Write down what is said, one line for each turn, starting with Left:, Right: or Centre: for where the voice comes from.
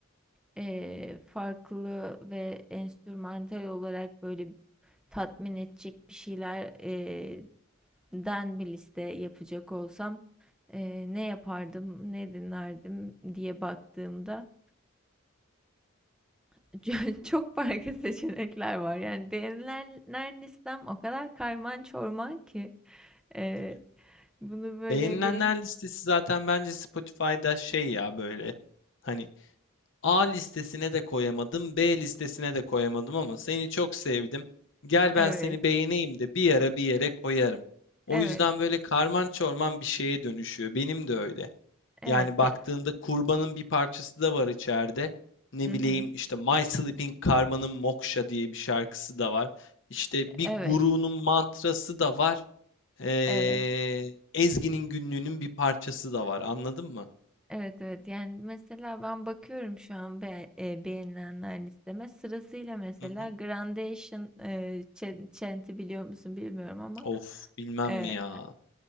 Centre: eee, farklı ve enstrümantal olarak böyle tatmin edecek bir şeyler eee, den bir liste yapacak olsam eee, ne yapardım, ne dinlerdim diye baktığımda <laughs> çok farklı seçenekler var. Yani beğenilenler listem o kadar karman çorman ki eee,
Left: Değil mi?
Centre: bunu böyle
Left: Beğenilenler
Centre: bir
Left: listesi zaten bence Spotify'da şey ya böyle hani A listesine de koyamadım, B listesine de koyamadım ama seni çok sevdim. Gel ben
Centre: evet,
Left: seni beğeneyim de bir ara bir yere koyarım. O
Centre: evet,
Left: yüzden böyle karman çorman bir şeye dönüşüyor. Benim de öyle.
Centre: evet
Left: Yani baktığında
Centre: ya.
Left: kurbanın bir parçası da var içeride. Ne
Centre: Hı
Left: bileyim
Centre: hı.
Left: işte My Sleeping Karma'nın Moksha diye bir şarkısı da var. İşte bir
Centre: Evet,
Left: gurunun mantrası da var. Ee,
Centre: evet.
Left: Ezgi'nin günlüğünün bir parçası da var. Anladın mı?
Centre: Evet evet yani mesela ben bakıyorum şu an be- e, beğenilenler listeme sırasıyla mesela
Left: Hı hı.
Centre: Grandation e, Chen- Chant'i biliyor musun bilmiyorum ama
Left: Of bilmem
Centre: e,
Left: mi ya.